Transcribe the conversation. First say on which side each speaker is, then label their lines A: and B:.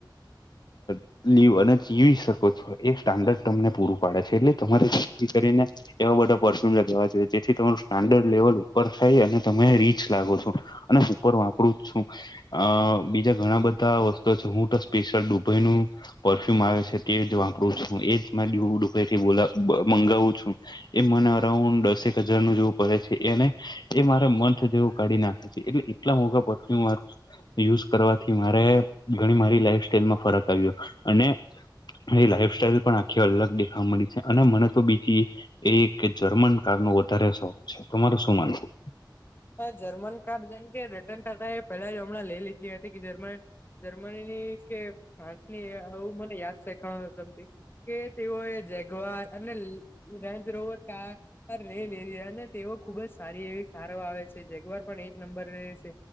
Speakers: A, on the left; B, on the left.
A: <unintelligible> લીવ અને જીવી શકો છો એ સ્ટાન્ડર્ડ તમને પૂરું પાડે છે, એટલે તમારે જેથી કરીને એવા બધા પરફ્યુમ લગાવા જોઈએ, જેથી તમારું સ્ટાન્ડર્ડ લેવલ ઉપર થાય અને તમે રીચ લાગો છો અને ઉપર વાપરું જ છું. અ બીજા ઘણા બધા વસ્તુ છે હું તો સ્પેશિયલ દુબઈનું પરફ્યુમ આવે છે તે જ વાપરું છું એજ દુબઈથી ગુલાબ મંગાવું છું. એ મને અરાઉન્ડ દસેક હજાર નું જેવું પડે છે. એને એ મારે મંથ જેવું કાઢી નાખે છે, એટલે એટલા મોંઘા પરફ્યુમ યુઝ કરવાથી મારે ઘણી મારી લાઈફ સ્ટાઈલમાં ફરક આવ્યો અને એ લાઈફ સ્ટાઈલ પણ આખી અલગ દેખાવા મળી છે અને મને તો બીજી એ એક કે જર્મન કાર નો વધારે શોખ છે તમાર શું માનવું?
B: હ જર્મન કાર જેમ કે રિટન ટાતા એ પહેલા હમણાં લઇ લીધી હતી કે જર્મન જર્મની ની કે ફ્રાન્સની આવું મને યાદ શેખ <inaudible> કે તેઓ એ જેગવાર અને રેન્જરોવર કાર અરે <inaudible> અને તેઓ ખુબ જ સારી એવી કારો આવે. છે જેગવાર પણ એક નંબર રહે છે